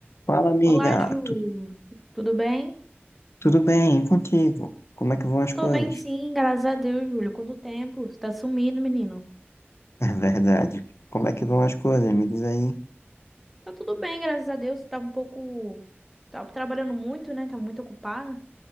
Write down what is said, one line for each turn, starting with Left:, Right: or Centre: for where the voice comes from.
Left: Fala, amiga.
Centre: Olá, Ju.
Left: Tu-
Centre: Tudo bem?
Left: tudo bem? E contigo? Como é que vão
Centre: Eu
Left: as
Centre: tô
Left: coisas?
Centre: bem, sim,
Left: <laughs>
Centre: graças a Deus, Júlio. Quanto tempo? Você tá sumindo, menino?
Left: É verdade. Como é que vão as coisas? Me diz aí.
Centre: Tá tudo bem, graças a Deus. Você tava um pouco. Tava trabalhando muito, né? Tava muito ocupada.